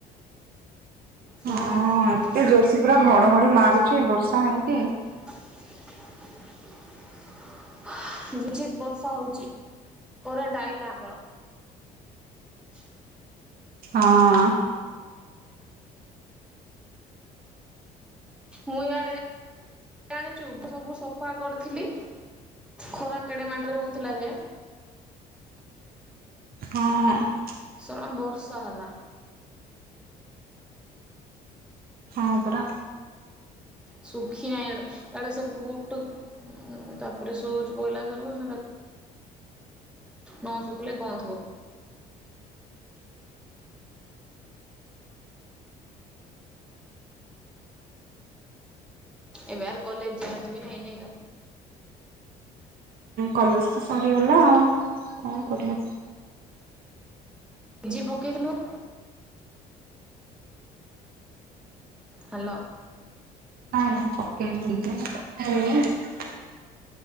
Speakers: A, in the centre; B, on the right.
A: ହୁଁ
B: ହଁ
A: ହୁଁ।
B: ଏତେ ଜୋର ସେ ପୁରା ଘଡ଼ଘଡ଼ି ମାରୁଛି ବର୍ଷା ହେଇକି।
A: <inaudible> ଝିପ୍ ଝିପ୍ ବର୍ଷା ହଉଛି। କରେଣ୍ଟ ଆଇଲା ଆମର। <inaudible>
B: ହଁ।
A: ମୁ ଆଡ଼େ ଜାଣିଛୁ ସବୁ ସଫା କରିଥିଲି ଖରା କେଡେ ମାଟ ରେ ହଉଥିଲା ଯେ
B: ହଁ ଆ
A: ଶଳା ବର୍ଷା ହେଲା।
B: ହଁ ପରା।
A: ସୁଖିନାଇ ଆଡ଼େ ଆଡ଼େ ସବୁ ଟୁ ଉ ତାପରେ ସୁଜ ପଇଲା <unintelligible> ନଅ ଶୁଖିଲେ ଗନ୍ଧ ଏ ବାହାର କଲେଜ ଯ ଆଛି ବି ନ ଏନା
B: କଲେଜ ତ ସରିଗଲା ଆଉ କଣ କରିବା?
A: ଝି ପକେଇଦେଲନି। ହ୍ୟାଲୋ।
B: ନାଇଁ ନାଇଁ <unintelligible>